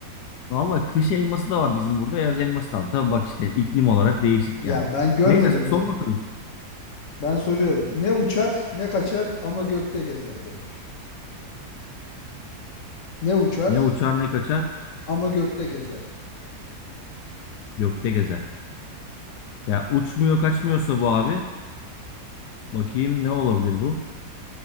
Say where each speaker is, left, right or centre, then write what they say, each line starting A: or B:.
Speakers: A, on the left; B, on the left.
A: Valla kış elması da var bizim burada. Yaz elması da var. Tabii bak işte iklim olarak değişik
B: Ya
A: yani.
B: ben görmedim
A: Neyse sor
B: mi?
A: bakalım.
B: Ben soruyorum. Ne uçar, ne kaçar ama gökte gezer demiş. Ne uçar
A: Ne uçar ne kaçar
B: ama gökte gezer.
A: gökte gezer. Ya uçmuyor kaçmıyorsa bu abi. Bakayım ne olabilir bu?